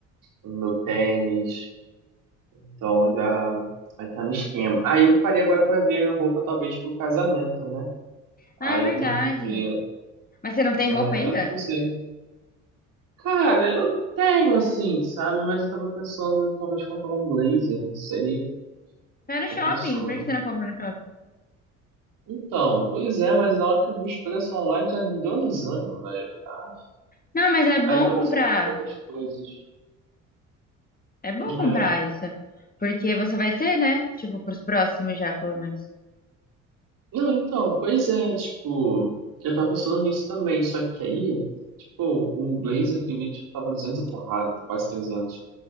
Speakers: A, on the right; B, on the left.
A: meu tênis, então já vai tá no esquema. Ah, eu parei agora pra ver roupa talvez pro casamento, né?
B: Ah,
A: Aí
B: é verdade.
A: eu tenho que ver,
B: Mas você não tem
A: é,
B: roupa ainda?
A: eu não sei. Cara, eu tenho assim, sabe? Mas eu tava pensando em talvez comprar um blazer, não sei,
B: Vai no
A: tô
B: shopping.
A: pensando.
B: Por que você não compra no shopping?
A: Então, pois é, mas na hora que eu vi os preços online já me deu um desânimo, velho. Eu falei, Ah,
B: Não, mas é bom
A: aí talvez
B: comprar.
A: eu compre outras coisas.
B: É
A: É.
B: bom comprar isso. Porque você vai ter, né? Tipo, pros próximos já, pelo menos.
A: Não, então, pois é, tipo, eu tava pensando nisso também, só que aí, tipo, o blazer que eu vi, tipo, tava 200 e porrada, quase trezentos